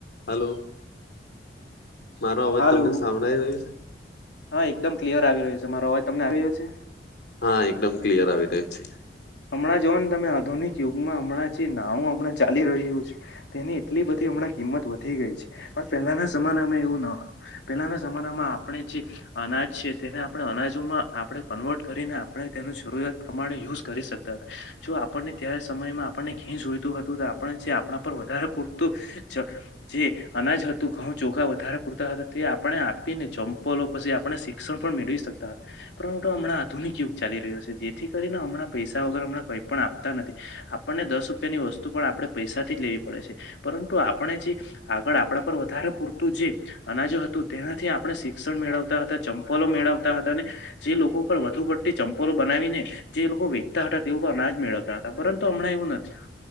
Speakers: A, on the left; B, on the left.
A: હલો મારો અવાજ
B: હાલો
A: તમને સાંભળાય રહ્યો છે
B: હા એકદમ ક્લિયર આવી રહ્યો છે મારો અવાજ તમને આવી રહ્યો છે
A: હા એકદમ ક્લિયર આવી રહ્યા છે.
B: હમણાં જોઓ ને તમે આધુનિક યુગમાં હમણાં જે નાણું અમણા ચાલી રહ્યું છે તેની એટલી બધી હમણાં કિંમત વધી ગઈ છે પણ પહેલાના જમાના અમે એવું ન હતું. પેલાના જમાના માં આપણે જે અનાજ છે તેને આપણે અનાજોમાં આપણે કન્વર્ટ કરીને આપણે તેનું શરૂિયાત પ્રમાણે યુઝ કરી શકતા હતા. જો આપણને ત્યારે સમયમાં આપણને ઘી જોઈતું હતું તો આપને જે આપણા પર વધારે પૂરતું જે અનાજ હતું ઘઉં ચોખા વધારે પૂરતા હતા તે આપણે આપીને ચંપલો પછી આપણે શિ ક્ષણ પણ મેળવી શકતા હતા પરંતુ હમણાં આધુનિક યુગ ચાલી રહ્યો છે જેથી કરીને હમણાં પૈસા વગર હમણાં કઈ પણ આપતા નથી. આપણને દસ રૂપિયાની વસ્તુ પણ આપણે પૈસાથી જ લેવી પડે છે પરંતુ આપણે જે આગળ આપણા પર વધારે પૂરતું જે અનાજો હતું તેનાથી આપણે શિક્ષણ મેળવતા હતા ચંપલો મેળવતા હતા અને જે લોકો પર વધુ પડતી ચંપલો બનાવીને જે લોકો વે ચતા હતા તેવું અનાજ મેળવતા હતા પરંતુ હમણાં એવું નથી.